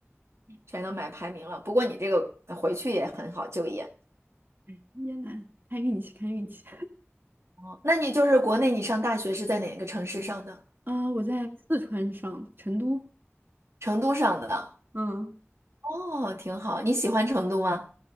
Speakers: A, on the right; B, on the right.
A: 全都买排名了。不过你这个回去也很好就业。
B: <laughs> 椰南，看运气看运气。
A: 哦那你就是国内你上大学是在哪个城市上的？
B: <laughs> 啊、我在四川上的成都，
A: 成都上的。
B: 嗯。
A: 哦，挺好。你喜欢成都吗？